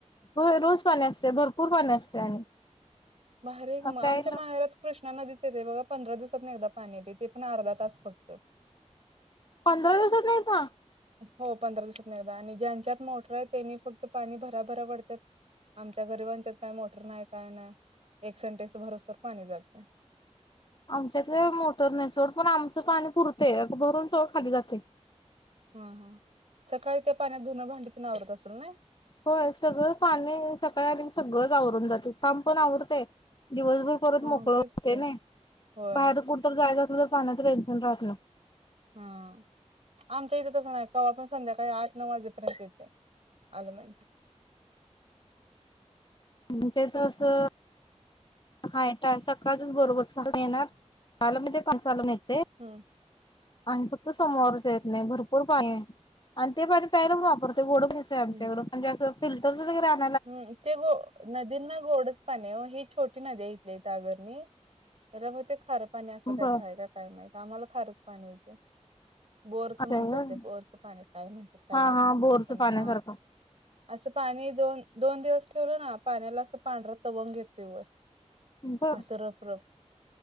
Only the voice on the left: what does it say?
होय रोज पाणी असते भरपूर पाणी असते आणि
हा
प्यायला
पंधरा दिवसातन एकदा?
आमच्यात होय मोटर नाही सोड पण आमचं पाणी पुरतेय भरून सगळ खाली जातय
होय सगळं पाणी सकाळीच आल तर सगळंच आवरून जाते काम पण आवरतय दिवसभर परत
मोकळ
होते
नाही
बाहेर कुठ तर जायचं असल तर पाण्याचं टेन्शन राहत नाही
आमच्या इथ असं हाय सकाळच बरोबर सहाला, सहाला म्हणजे पाच सहा ला पण येतेय
आणि फक्त समोवरच येत नाही भरपूर पाणी आहे आणि ते पाणी प्यायर वापरते गोड आच्याकडणे
फिल्टर् वग
बर
असं
आहे होय
हा
हा
बोरचं
पाण्यासारखं
बर